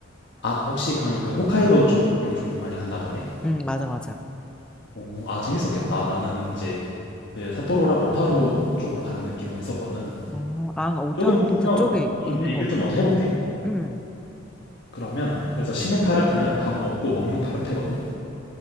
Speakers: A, on the left; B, in the centre.
A: 아 혹시 그러면 그 홋카이도 쪽으로 좀 많이 갔나 보네.
B: 응, 맞아, 맞아.
A: 오, 아 재밌었겠다. 나는 이제 그 삿포로랑 오타루 쪽으로 가는 느낌으로 했었거든.
B: 어, 아, 오타로도
A: 조금 더 설명을
B: 그쪽에
A: 좀, 좀내
B: 있는
A: 얘기를
B: 거구나.
A: 좀 먼저 해볼게.
B: 응.
A: 그러면 그래서 시메 파르페는 밥 먹고 먹는 파르페거든.